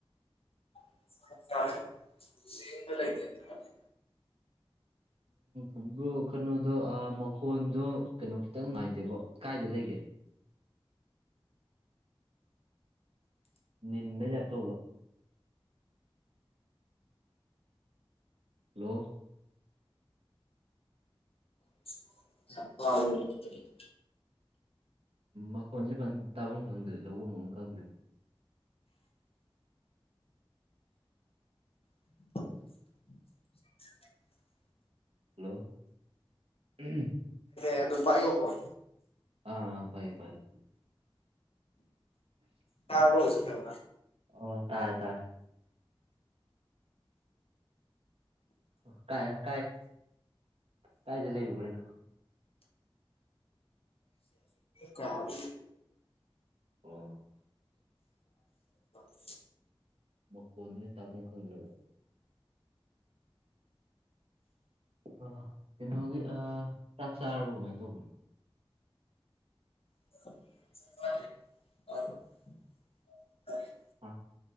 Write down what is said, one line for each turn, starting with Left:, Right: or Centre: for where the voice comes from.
Left: <inaudible>
Right: ꯎꯝ ꯕ꯭ꯔꯣ ꯀꯩꯅꯣꯗꯣ ꯑ ꯃꯈꯣꯟꯗꯣ ꯀꯩꯅꯣ ꯈꯤꯇꯪ ꯅꯨꯡꯉꯥꯏꯇꯦꯕꯣ ꯀꯥꯏꯗ ꯂꯩꯒꯦ ꯅꯤꯟꯕꯩ ꯇꯥꯏꯞ ꯇꯧꯕ ꯍꯜꯂꯣ
Left: <inaudible>
Right: ꯃꯈꯣꯟꯁꯦ ꯐꯖꯟꯅ ꯇꯥꯐꯝ ꯈꯪꯗ꯭ꯔꯦ ꯂꯧꯎꯕꯝ ꯑꯃ ꯈꯪꯗ꯭ꯔꯦ
Left: <inaudible>
Right: ꯍꯜꯂꯣ ꯎꯨꯝ
Left: <inaudible> ꯑꯗꯨꯝ ꯄꯥꯏꯒꯣꯀꯣ
Right: ꯑꯥ ꯐꯩꯌꯦ ꯐꯩꯌꯦ <unintelligible>
Left: ꯇꯥꯕ꯭ꯔꯣ <inaudible>
Right: ꯑꯥ ꯇꯥꯏ ꯇꯥꯏꯌꯦ <unintelligible> ꯀꯥꯏꯗ ꯂꯩꯔꯨꯕꯩꯅꯣ
Left: ꯀꯥ <inaudible>
Right: ꯑꯣ
Left: <inaudible>
Right: ꯃꯈꯣꯟꯖꯦ ꯇꯥꯕꯝ ꯈꯪꯗ꯭ꯔꯕ ꯑ ꯀꯩꯅꯣꯒꯤ ꯑꯥ ꯆꯥꯛ ꯆꯥꯔꯕ ꯀꯃꯥꯏꯅ ꯇꯧꯕꯅꯣ
Left: <inaudible>
Right: ꯑꯥ